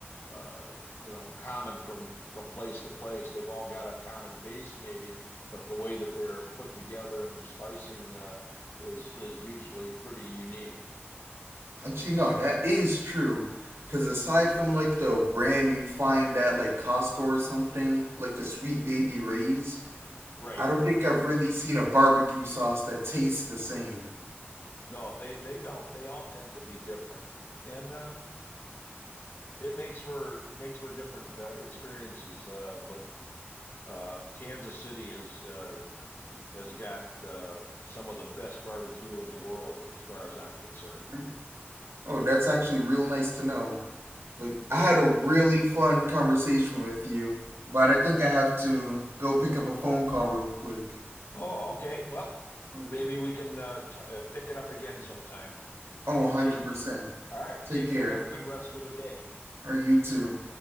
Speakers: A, on the left; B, on the right.
A: uh, you know common from from place to place. They've all got a common base maybe, but the way that they're put together and their spicing uh, is is usually pretty unique.
B: Actually, no, that is true. Because aside from like the brand you'd find at like Costco or something, like the Sweet Baby Ray's,
A: Right.
B: I don't think I've really seen a barbecue sauce that tastes the same.
A: No, they they don't. They all tend to be different, and uh, it makes for makes for different uh, experiences. Uh, but Uh, Kansas City is uh, has got uh, some of the best barbecue in the world, as far as I'm concerned.
B: Mm. Oh, that's actually real nice to know. Like I had a really fun conversation with you, but I think I have to go pick up a phone call real quick.
A: Oh, okay. Well,
B: Okay.
A: maybe we can uh, t- uh, pick it up again sometime.
B: Oh, 100%.
A: Take, all right.
B: Take
A: Take
B: care.
A: care. Have a good rest of the day.
B: Or you too.